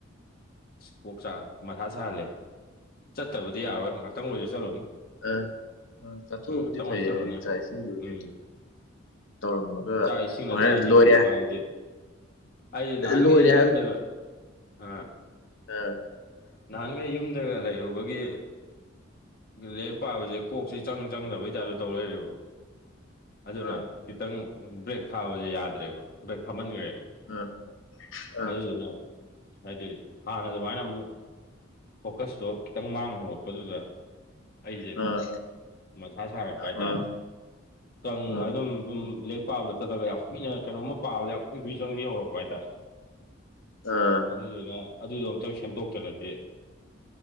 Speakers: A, on the left; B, on the left.
A: ꯀꯣꯛ ꯆꯥꯛ ꯃꯊꯥ ꯁꯥꯍꯜꯂꯦ ꯆꯠꯇꯕꯗꯤ ꯌꯥꯔꯣꯏ ꯉꯥꯛꯍꯥꯛꯇꯪ ꯑꯣꯏꯁꯨ ꯆꯠꯂꯨꯅꯤ
B: ꯑꯥ ꯆꯥꯊꯣꯛꯎꯕꯗꯤ
A: ꯎꯝ ꯉꯥꯏꯍꯥꯛꯇꯪ
B: ꯐꯩꯌꯦ
A: ꯑꯣꯏꯁꯨ ꯆꯠꯂꯨꯅꯤ
B: ꯍꯥꯏꯗꯤ ꯆꯥꯛ ꯏꯁꯤꯡꯕꯨꯗꯤ
A: ꯎꯝ
B: ꯇꯧꯔꯝꯃꯒ
A: ꯆꯥꯛ ꯏꯁꯤꯡꯅ
B: ꯍꯣꯔꯦꯟ
A: ꯆꯥꯛ ꯏꯁꯤꯡ
B: ꯂꯣꯏꯔꯦ
A: ꯊꯣꯛꯄ ꯍꯥꯏꯗꯤ ꯑꯩ ꯅꯍꯥꯟꯒꯩ
B: ꯂꯣꯏꯔꯦ
A: ꯌꯨꯝꯗ ꯑꯥ
B: ꯑꯥꯥ
A: ꯅꯍꯥꯟꯒꯩ ꯌꯨꯝꯗꯒ ꯂꯩꯔꯨꯕꯒꯤ ꯂꯦꯛ ꯄꯥꯕꯁꯦ ꯀꯣꯛꯁꯦ ꯏꯆꯪ ꯆꯪꯗꯕꯩ ꯇꯥꯏꯞꯇ ꯇꯧ ꯂꯩꯔꯦꯕ ꯑꯗꯨꯅ
B: ꯑ
A: ꯈꯤꯇꯪ ꯕ꯭ꯔꯦꯛ ꯊꯥꯕꯁꯦ ꯌꯥꯗ꯭ꯔꯦꯕ ꯕ꯭ꯔꯦꯛ ꯊꯥꯃꯟꯒ꯭ꯔꯦꯕ
B: ꯑꯥ ꯑꯥ
A: ꯑꯗꯨꯗꯨꯅ ꯍꯥꯏꯗꯤ ꯍꯥꯟꯅ ꯗꯨꯃꯥꯏꯅ ꯃꯨꯛ ꯐꯣꯀꯁꯇꯣ ꯈꯤꯇꯪ ꯃꯥꯡ ꯍꯧꯔꯛꯄꯗꯨꯗ ꯑꯩꯖꯦ
B: ꯑꯥ
A: ꯃꯊꯥ ꯁꯥꯔꯛꯄ ꯍꯥꯏꯇꯥꯔꯦ
B: ꯑꯥ
A: ꯀꯪ
B: ꯑꯥ
A: ꯑꯗꯨꯝ ꯁꯨꯝ ꯂꯥꯔꯤꯛ ꯄꯥꯕ ꯆꯠꯂꯒ ꯌꯥꯝ ꯀꯨꯏꯅ ꯀꯩꯅꯣꯝꯃ ꯄꯥꯕꯗ ꯌꯥꯝ ꯀꯨꯏ-ꯀꯨꯏ ꯆꯪꯕꯤ ꯍꯧꯔꯛꯄ ꯍꯥꯏꯇꯥꯔꯦ
B: ꯑꯥ
A: ꯑꯗꯨꯗꯨꯅ-ꯑꯗꯨꯗꯣ ꯑꯝꯇꯪ ꯁꯦꯝꯗꯣꯛꯇ꯭ꯔꯥꯗꯤ